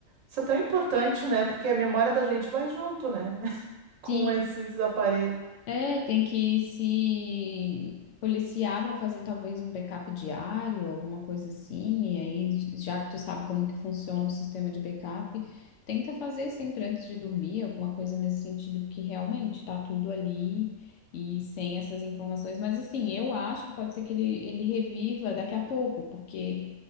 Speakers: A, on the right; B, on the left.
A: isso é tão importante, né? Porque a memória da gente vai junto, né? <laughs> Com
B: Sim.
A: esses aparelhos.
B: É, tem que se policiar para fazer talvez um backup diário, alguma coisa assim. E aí, já que tu sabe como que funciona o sistema de backup, tenta fazer sempre antes de dormir, alguma coisa nesse sentido, porque realmente tá tudo ali e sem essas informações. Mas assim, eu acho que pode ser que ele, ele reviva daqui a pouco, porque